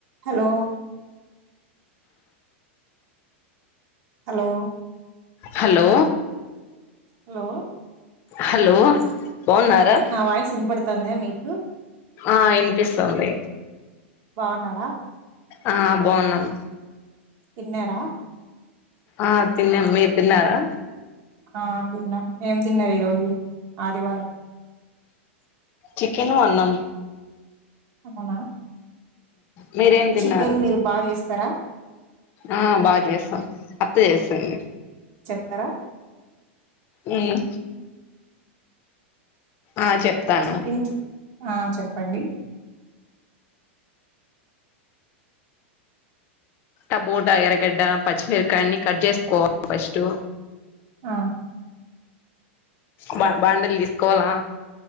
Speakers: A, on the right; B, on the left.
A: Hello. Hello.
B: Hello.
A: Hello.
B: Hello. బాగున్నారా?
A: నా voice ఇంనపడతంద మీకు.
B: ఆ ఇనిపిస్తుంది.
A: బాన్నారా.
B: ఆ బావున్నాం.
A: తిన్నారా.
B: ఆ తిన్నాం మీరు తిన్నారా.
A: ఆ తిన్నాం ఏం తిన్నారు ఈ రోజు ఆదివారం.
B: చికెను అన్నాం.
A: అవునా.
B: మీరేం దిన్నారు.
A: చికెన్ మీరు బాగా చేస్తారా
B: ఆ బాగా జేస్తాం అత్త జేసింది.
A: అత్తారా.
B: ఉమ్. ఆ చెప్తాను.
A: చికెన్ చి- ఆ చెప్పండి.
B: టమోటా ఎర్రగడ్డ పచ్చిమిరకాయ అన్ని కట్ చేసుకోవాలి ఫస్టు.
A: ఆ.
B: బా బాండిల్ తీసుకోవాలా.